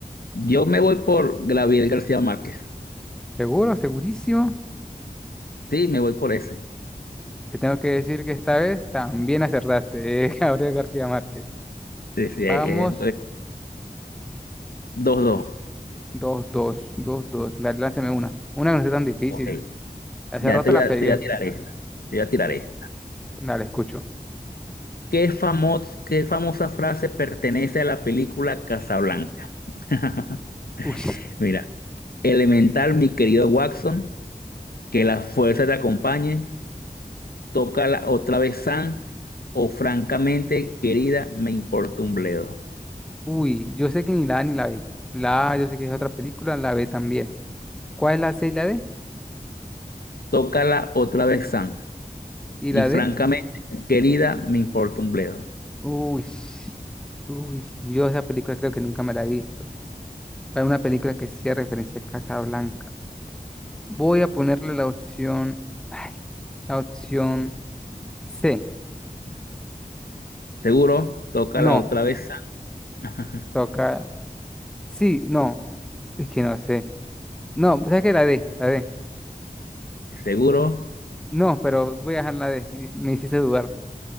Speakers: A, on the left; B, in the centre.
A: yo me voy por Gabriel García Márquez.
B: ¿Seguro? ¿Segurísimo?
A: Sí, me voy por ese.
B: Te tengo que decir que esta vez también acertaste, eh, <laughs> Gabriel García Márquez.
A: Sí, sí,
B: Vamos,
A: es, Dos, dos.
B: dos, dos, dos, dos. Dale, lánzame una. Una que no sea tan difícil.
A: Ok.
B: Hace
A: Ya
B: rato
A: te voy
B: la
A: a,
B: pegué.
A: te voy a tirar esta. Te voy a tirar esta.
B: Dale, escucho.
A: ¿Qué famos- qué famosa frase pertenece a la película Casablanca? <laughs>
B: Uy,
A: Mira, elemental, mi querido Watson, que la fuerza te acompañe, tócala otra vez, Sam, o francamente, querida, me importa un bledo.
B: uy, yo sé que ni la A ni la B. La A yo sé que es otra película, la B también. ¿Cuál es la C y la D?
A: Tócala otra vez, Sam,
B: ¿Y
A: y
B: la
A: francamente,
B: D?
A: querida, me importa un bledo.
B: Uy, uy, yo esa película creo que nunca me la he visto. Hay una película que sí hace referencia a Casa Blanca. Voy a ponerle la opción, ay, la opción C.
A: ¿Seguro? Tócala
B: No,
A: otra vez, Sam. <laughs>
B: toca, sí, no, es que no sé. No, pues es que la D, la D.
A: ¿Seguro?
B: No, pero voy a dejar la D. y Me hiciste dudar.